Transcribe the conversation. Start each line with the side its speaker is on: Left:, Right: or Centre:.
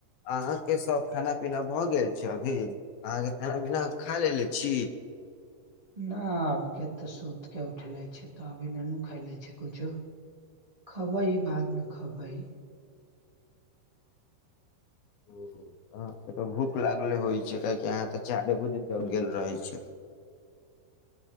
Left: अहाँके सभ खाना पीना भऽ गेल छै अभी अहाँके खाना पीना खा लेलेने छी।
Right: ना आब के तऽ सुत के उठले छी तऽ अभी ननू खइले छी कुछो खबई बादमे खबई
Left: ओहो अहाॅंके तऽ भूख लागले होइ छै काहेकि अहाँ तऽ चारे बजे जग गेल रहै छी।
Right: <inaudible>